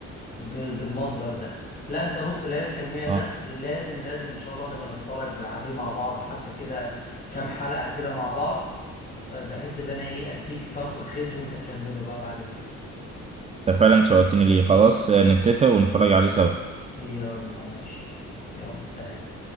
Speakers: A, on the left (about 30°); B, on the right (about 25°).
A: ب... بالمنظر ده لا انت بص ليالي الحلمية ده
B: اه
A: لازم لازم ان شاء الله نبقى نتفرج عليه مع بعض حتى كده كام حلقة كده مع بعض بحيث ان انا ايه اديك طرف الخيط وانت تكمله بقى بعد كده
B: أنت فعلا شوقتني ليه خلاص نتفق ونتفرج عليه سوا
A: يلا ماشي يلا سلام